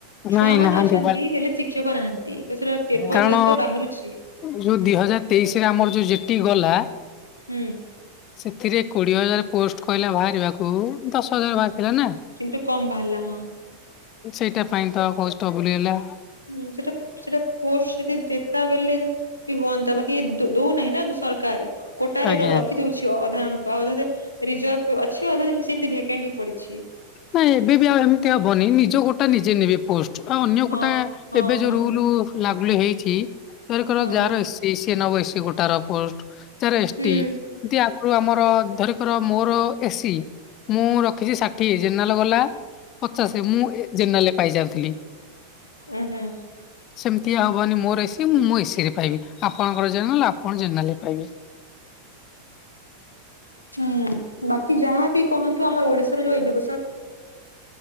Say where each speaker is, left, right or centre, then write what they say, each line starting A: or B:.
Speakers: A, on the left; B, on the left.
A: ନାଇଁ
B: ଛୁଆ ମାନେ
A: ନାହାନ୍ତି
B: ଅଛନ୍ତି, ହେଲେ ଶିକ୍ଷକ ନାହାନ୍ତି, ତା ସେଟା ପେପର
A: କାରଣ
B: ନିଉଜରେ ବାହାରୁଛି
A: ଯୋଉ ଦି ହଜାର ତେଇଶି ରେ ଆମର ଯୋଉ ଜିଟି ଗଲା
B: ହୁଁ।
A: ସେଥିରେ କୋଡିଏ ହଜାର ପୋଷ୍ଟ କହିଲା ବାହାରିବାକୁ, ଦଶ ହଜାର ବାହାରିଥିଲା ନା।
B: କିନ୍ତୁ କମ୍ ବାହାରିଲା ହଁ।
A: ସେଇଟା ପାଇଁ ତ ବହୁତ୍ ଷ୍ଟବୁଲ୍ ହୋଇଗଲା।
B: ହୁଁ, ସେଟା ସେଟା ପୋଷ୍ଟ ଯଦି ଦେତା ବେଲଲେ ବି ହୁଅନ୍ତା ବାକି ଦଉନାହିଁ ନା ସରକାର କୋଟାରେ
A: ଆଜ୍ଞା
B: ରଖି ଦଉଛି ଅଧା ଜଣ ଭାଉଜ ଯେ ରିଜର୍ଭ ଅଛି ଅଧ ସେମତି ଭେକେନି ପଡିଛି।
A: ନାଇଁ ଏବେ ବି ଆଉ ଏମିତି ହବନି, ନିଜ ଗୋଟା ନିଜେ ନେବେ ପୋଷ୍ଟ। ଆଉ ଅନ୍ୟ
B: ହଁ
A: କୋଟା,
B: ହଁ
A: ଏବେ ଯୋଉ
B: ହଁ
A: ରୁଲ ଲାଗୁଲି ହେଇଛି ଧରକ
B: ହଁ
A: ଯାହାର ଏସିିଏ ନ ଏ ସି ଗୋଟାର ପୋଷ୍ଟ, ଯାର ଏସ୍ଟି
B: ହୁଁ
A: ଏମିତି ଆଗରୁ ଆମର, ଧରିକର ମୋର ଏସି, ମୁଁ ରଖିଛି ଷାଠିଏ ଜେନେରାଲ ବାଲା ପଚାଶ, ମୁଁ ଜେନରାଲ ରେ ପାଇସାରିଥିଲି।
B: ଉୁଁ ହୁଁ।
A: ସେମିତି ହବନି ମୋର ଏସିି ମୁଁ ମୋ ଏସି ରେ ପାଇବି ଆପଣଙ୍କର ଜେନେରାଲ ଆପଣ ଜେନେରାଲ ରେ ପାଇବେେ।
B: ହୁଁ ବାକି ଯାହାବି କହନ୍ତୁ ଆମର ଓଡିଶାରେ ଯୋଉ ଏୁଜୁ